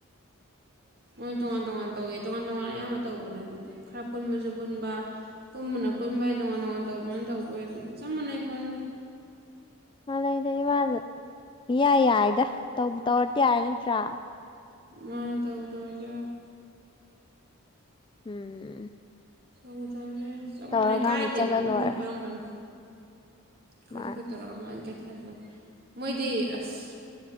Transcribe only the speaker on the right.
ꯃꯣꯏ ꯇꯣꯉꯥꯟ ꯇꯣꯉꯥꯟ ꯇꯧꯋꯦ ꯇꯣꯉꯥꯟ ꯇꯣꯉꯥꯟ ꯑꯌꯥꯝꯕ ꯇꯧꯕꯅꯤ ꯑꯗꯨꯝ ꯈꯔ ꯄꯨꯟꯕꯖꯨ ꯄꯨꯟꯕ ꯄꯨꯝꯕꯅ ꯄꯨꯨꯝꯕꯩ ꯇꯣꯉꯥꯟ ꯇꯣꯉꯥꯟ ꯇꯧꯕꯅꯤꯅ ꯇꯧꯕꯩ ꯆꯞ ꯃꯥꯟꯅꯩ ꯄꯣꯠꯅꯤꯗ
ꯃꯥꯅꯤ ꯇꯧꯕꯨ ꯇꯧꯔꯗꯤ ꯌꯥꯔꯦ
ꯇꯧꯕꯨ ꯇꯧꯔꯗꯤ ꯌꯥꯔꯦ ꯆꯞ
ꯃꯥꯟꯅꯩ ꯀꯥꯏꯗꯦꯕ
ꯃꯤ
ꯃꯤꯄꯥꯝꯕꯅꯤ ꯈꯣꯏꯁꯨ
ꯈꯣꯏ ꯇꯧꯔꯒ <unintelligible> <unintelligible> ꯃꯣꯏꯗꯤ ꯑꯁ